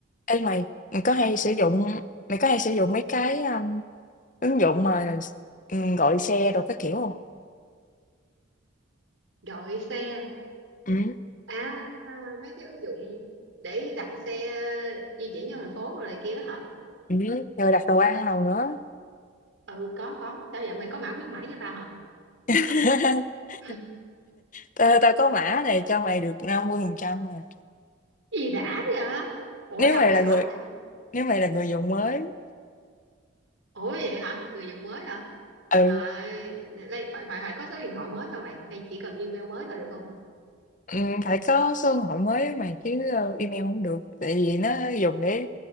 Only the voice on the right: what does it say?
gọi xe
à mấy cái ứng dụng để đặt xe di chuyển trong thành phố rồi này kia hả
ừ có có sao vậy mày có mã khuyến mãi cho tao hả
<laughs>
gì đã vậy ủa
đâu
mày
có
vậy
ủa vậy hả người dùng mới hả
à, đây, phải phải phải có số điện thoại mới hả mày hay chỉ cần email mới là được không